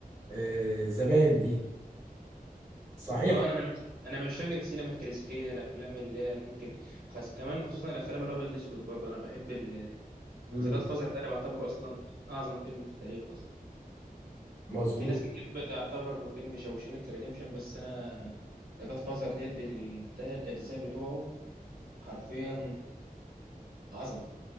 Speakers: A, on the right; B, on the right.
A: آه، زمان دي صحيح؟
B: اه انا من عشاق انا من عشاق السينما الكلاسيكيه الافلام اللي هي ممكن خاص كمان خصوصا الافلام الابيض الاسود برضه انا بحب ال-
A: مم،
B: اذا جاد فازر ده انا بعتبره اصلا اعظم فيلم في التاريخ اصلا
A: مظبوط
B: في ناس كتير بتعتبر فيلم شوشينك ريديمشن بس انا ذا جاد فازر ديت بالثلاث اجزاء بتوعه حرفيا عظمه